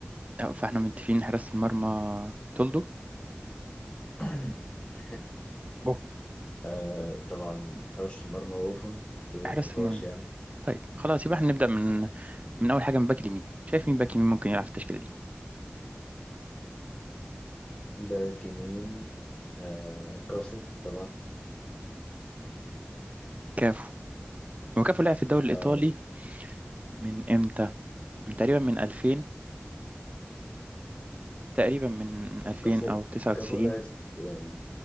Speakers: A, on the right; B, on the left.
A: أه، فاحنا متفقين إن حراسة المرمى تولدو
B: <laughs>
A: بوف
B: آه، طبعا حراس المرمى بوفون بدون
A: حراسة
B: نقاش
A: المرمى
B: يعني
A: طيب خلاص يبقى احنا نبدأ من من أول حاجة من باك اليمين شايف مين باك يمين ممكن يلعب في التشكيلة دي
B: باك يمين آه، كافو طبعا
A: كافو هو كافو لعب في الدوري الإيطالي
B: آه،
A: من إمتى؟ من تقريبا من 2000 تقريبا من 2000
B: كافو
A: أو 99
B: كافو لعب يعني